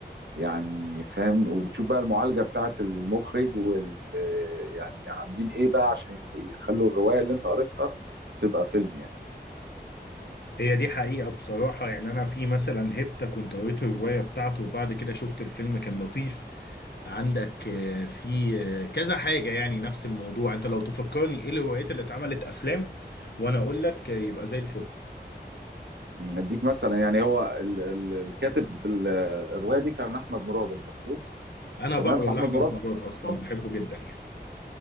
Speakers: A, on the right; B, on the left.
A: يعني فاهم وبتشوف بقى المعالجة بتاعت المخرج وال يعني عاملين ايه بقى عشان يس- يخلوا الرواية اللي انت قريتها تبقى فيلم يعني
B: هي دي حقيقة بصراحة يعني أنا في مثلا هيبتا كنت قريت الرواية بتاعته وبعد كده شفت الفيلم كان لطيف عندك آه، في آه، كذا حاجة يعني نفس الموضوع أنت لو تفكرني إيه الروايات اللي اتعملت أفلام وأنا أقول لك آه، يبقى زي الفل
A: اديك مثلا يعني هو ال ال الكاتب ال- الرواية دي كان احمد مراد المفروض
B: أنا
A: تمام
B: بقرا
A: فاحمد
B: لأحمد
A: مراد
B: مراد
A: اصلا
B: أصلا بحبه جدا يعني